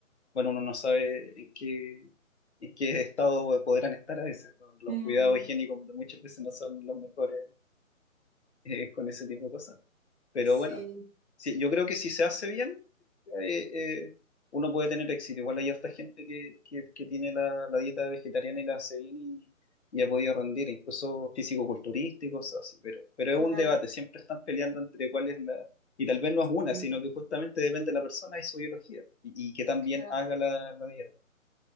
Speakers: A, on the left (about 55°); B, on the right (about 20°).
A: bueno, uno no sabe en qué, en qué estado podrán estar a veces. ¿no? Los
B: Mm,
A: cuidados higiénicos muchas veces no son los mejores eh, con ese tipo de cosas. Pero
B: sí,
A: bueno, sí, yo creo que si se hace bien, eh, eh, uno puede tener éxito. Igual hay harta gente que, que- que tiene la, la dieta vegetariana y la hace bien y, y ha podido rendir, incluso físico-culturista y cosas así. Pero, pero es
B: claro,
A: un debate, siempre están peleando entre cuál es la... Y tal vez no es una,
B: sí,
A: sino que justamente depende de la persona y su biología, y, y que también
B: claro.
A: haga la, la dieta.